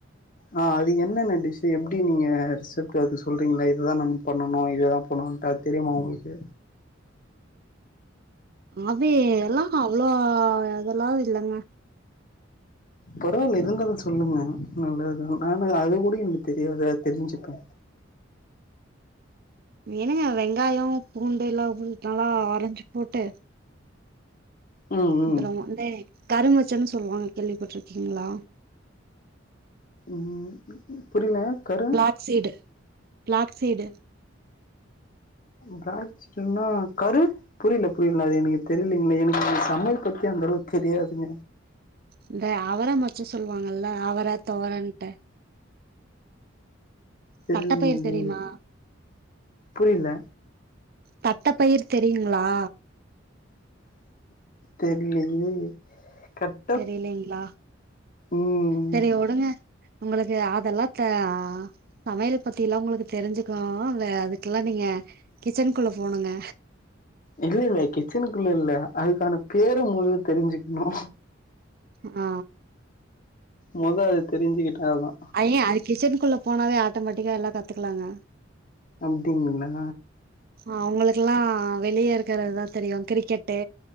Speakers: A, on the left; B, on the right.
A: ஆ அது என்னென்ன டிஷ் எப்டி நீங்க ரிசப்ட் அது சொல்றீங்களா இதுதா நம்ம பண்ணனு இதுதா பண்ணன்ட்டு அ தெரிமா உங்களுக்கு
B: அபி எல்லா அவ்ளோ அதெல்லா இல்லங்க
A: பரவாயில்ல இருந்தாலும் சொல்லுங்க நல்லதுதா நானு அது கூட தெரியாது தெரிஞ்சிப்போ
B: என்னங்க வெங்காயம் பூண்டு எல்லா நாலா அரஞ்சி போட்டு
A: ம்
B: அப்றோ
A: ம்
B: வந்து கரு மச்சன்னு சொல்லுவாங்க கேள்விப்பட்டு இருக்கீங்களா
A: ம் புரில கரு
B: பிளாக்சீடு பிளாக்சீடு
A: பிளாக்சீடுனா கரு புரில புரில அது எனக்கு தெரிலிங்க எனக்கு இந்த சமையல் பத்தி அந்த அளவுக்கு தெரியாதுங்க
B: இந்த அவர மச்ச சொல்லுவாங்கல்ல அவர துவரன்ட்டு
A: தெரிலிங்கே
B: தட்டப்பயிர் தெரியுமா
A: புரில
B: தட்ட பயிர் தெரியுங்களா
A: தெரிலியே கட்
B: தெரிலிங்களா
A: ம்
B: செரி விடுங்க உங்களுக்கு அதெல்லா த சமையல் பத்தி எல்லா உங்களுக்கு தெரிஞ்சுக்கனுல அதுக்கெல்லா நீங்க கிச்சனுக்குள்ள போகனுங்க
A: இல்ல இல்ல கிச்சனுக்குள்ள இல்ல அதுக்கான பேரு மொதல்ல தெரிஞ்சிக்கணு
B: ஆ
A: மொத அத தெரிஞ்சிகிட்டா தா
B: ஐய்யே அது கிச்சனுக்குள்ள போனாவே ஆட்டோமேட்டிக்கா எல்லா கத்துக்கலாங்க
A: அப்டிங்களா
B: அவங்களுக்கெல்லா வெளிய இருக்கறதுதா தெரியு கிரிக்கெட்டு